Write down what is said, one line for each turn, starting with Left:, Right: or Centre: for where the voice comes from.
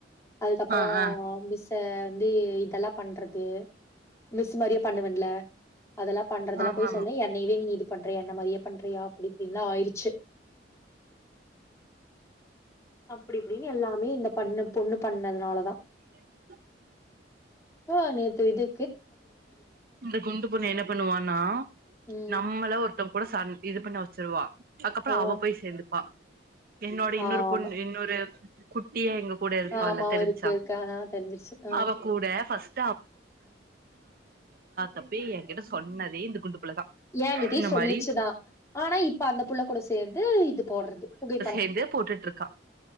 Left: அதுக்கப்புறம்
Right: ஆ ஆ
Left: மிஸ்ச வந்து இதெல்லாம் பண்றது மிஸ் மாரியே பண்ணுவேன்ல அதெல்லாம் பண்றதுலாம்
Right: ஆமா
Left: போய்
Right: ஆமா
Left: சொல்ல என்னைவே நீ இது பண்றியா என்னெ மாதிரியே பண்றியா அப்படி இப்படினுலாம் ஆயிருச்சு அப்படிப இபடின்னு எல்லாமே இந்த பண்ண பொண்ணு பண்ணதுனாலதான்
Right: <inaudible>
Left: ஆ போலாம் நேத்து இது
Right: இந்த குண்டு பொண்ணு என்ன பண்ணுவான்னா
Left: ம்.
Right: நம்மள ஒருத்தங்க கூட சண்ட இது பண்ண வச்சிருவா அதுக்கப்புறம்
Left: ஆ
Right: அவ போய் சேந்துப்பா என்னோட இன்னொரு
Left: ஆமா.
Right: பொண்ணு இன்னொரு குட்டியா எங்க கூட இருப்பாளெ
Left: ஆமா
Right: பெருசா
Left: இருக்கு இருக்கு. ஆ தெரிஞ்சிருச்சு. ஆ
Right: அவ கூட ஃபஸ்ட் தப்பையு என்கிட்ட சொன்னதே இந்த குண்டு புள்ளதா
Left: ஏங்கிட்டயும்
Right: இந்த
Left: சொல்லிச்சுதான்
Right: மாரி
Left: ஆனா இப்ப அந்த புள்ள கூட சேந்து இது போடுறது புகைப்படம்
Right: சேர்ந்தே போட்டுட்டு இருக்கா